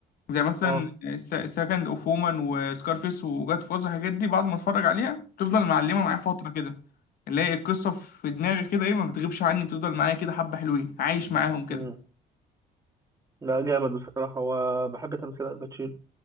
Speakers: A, on the left; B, on the right.
A: زي مثلا
B: اه
A: سكند اوف وومن وسكارفيس وجاد فازر الحاجات دي بعد ما اتفرج عليها بتفضل معلمه معايا فتره كده اللي هي القصه في دماغي كده ايه ما بتغيبش عني بتفضل معايا كده حبه حلوين عايش معاهم كده
B: مم. لا جامد بصراحة وبحب تمثيل الباتشينو